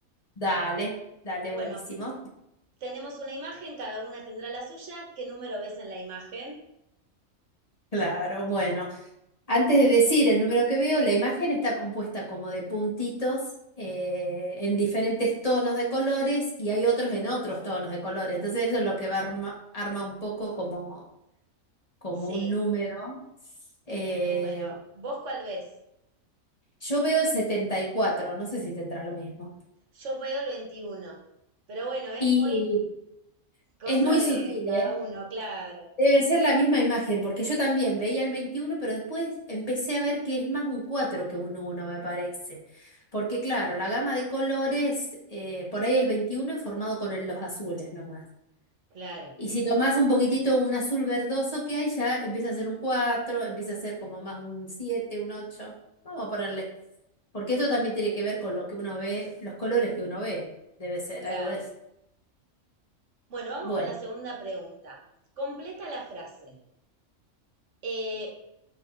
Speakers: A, on the left (about 30°); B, on the right (about 65°).
A: dale, dale,
B: Bueno,
A: buenísimo.
B: tenemos una imagen, cada una tendrá la suya. ¿Qué número ves en la imagen?
A: Claro, bueno. Antes de decir el número que veo, la imagen está compuesta como de puntitos eh, en diferentes tonos de colores y hay otros en otros tonos de colores. Entonces eso es lo que va arma, arma un poco como como
B: Sí,
A: un número. eh,
B: un número. ¿Vos cuál ves?
A: yo veo el setenta y cuatro no sé si tendrá lo mismo.
B: Yo veo el 21. Pero bueno, es
A: Y
B: muy Cosa
A: es muy
B: de
A: sutil,
B: cada
A: ¿eh?
B: uno, claro,
A: Debe ser la misma imagen, porque yo también veía el 21 pero después empecé a ver que es más un 4 que un uno me parece. Porque claro, la gama de colores, eh, por ahí el 21 es formado con el- los azules nomás.
B: claro,
A: Y si tomás un poquitito un azul verdoso que hay, ya empieza a ser un cuatro empieza a ser como más un siete un ocho Vamos a ponerle. Porque esto también tiene que ver con lo que uno ve, los colores que uno ve. Debe ser
B: claro.
A: algo de eso.
B: Bueno, vamos
A: Bueno,
B: con la segunda pregunta. Completa la frase. Eh,